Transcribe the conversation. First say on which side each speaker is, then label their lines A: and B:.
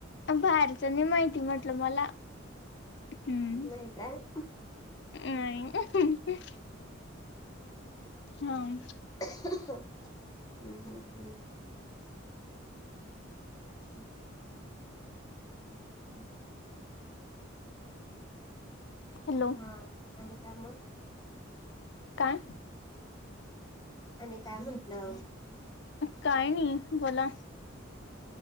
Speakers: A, on the left (about 60°); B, on the left (about 20°).
A: बाहेरचनी माहिती म्हटलं मला हम्
B: नाही काय
A: नाही हम
B: हम्म हम्म हम् ह हम्
A: हॅलो
B: हा आणि काय मग
A: काय
B: आणि काय म्हंटलं
A: काय नाही बोला